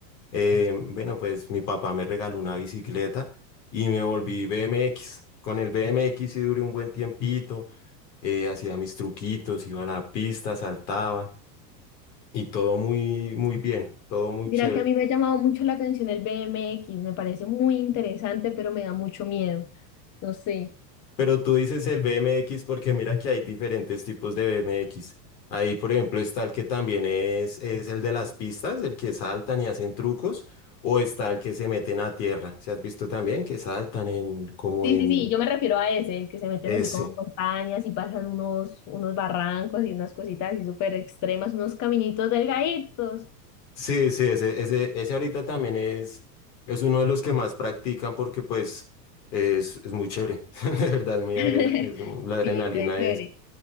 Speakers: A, on the left; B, on the left.
A: eh, bueno, pues mi papá me regaló una bicicleta y me volví BMX. Con el BMX sí duré un buen tiempito, eh, hacía mis truquitos, iba a la pista, saltaba y todo muy, muy bien, todo muy chévere.
B: Mira que a mí me ha llamado mucho la atención el BMX, me parece muy interesante, pero me da mucho miedo. No sé.
A: Pero tú dices el BMX porque mira que hay diferentes tipos de BMX. Ahí, por ejemplo, está el que también es, es el de las pistas, el que saltan y hacen trucos, o está el que se meten a tierra. ¿Se has visto también que saltan en como
B: Sí,
A: en
B: sí, sí, yo me refiero a ese, el que se meten
A: ese?
B: así como en montañas y pasan unos, unos barrancos y unas cositas así súper extremas, unos caminitos delgaditos.
A: Sí, sí, ese, ese, ese ahorita también es, es uno de los que más practican porque pues es, es muy chévere. <laughs> De verdad, es muy
B: <laughs>
A: adrena, es, la adrenalina
B: Sí, está chévere.